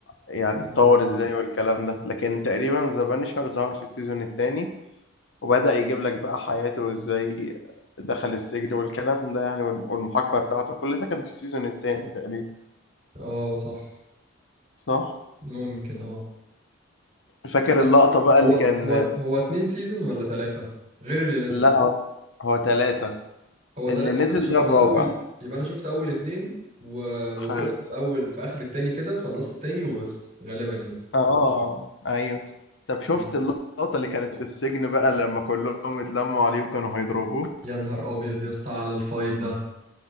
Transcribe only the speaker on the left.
يعني
اتطور ازاي والكلام ده لكن تقريبا ذا بانشر ظهر في السيزون التاني وبدأ يجيب لك بقى حياته وازاي دخل السجن والكلام ده يعني والم- والمحاكمة بتاعته كل ده كان في السيزون التاني تقريبا
صح؟
فاكر
اللقطة بقى
اللي كان
لا هو ثلاثة
اللي نزل
ده الرابع
حلو
اه ايوه طب شفت
اللقطة اللي كانت في السجن بقى لما كلهم اتلموا عليه وكانوا هيضربوه